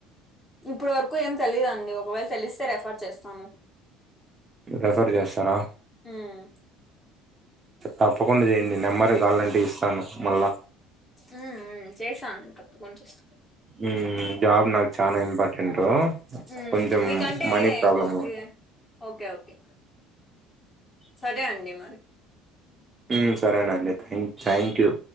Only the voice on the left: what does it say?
ఇప్పుడు వరకు ఏం తెలీయదండి ఒకవేళ తెలిస్తే రెఫర్ చేస్తాను
ఉమ్మ్
ఉమ్ ఉమ్ చేస్తా అండి తప్పకుండా చేస్తా
ఉమ్
మీకంటే
ఓకే
ఓకే ఓకే సరే అండి మరి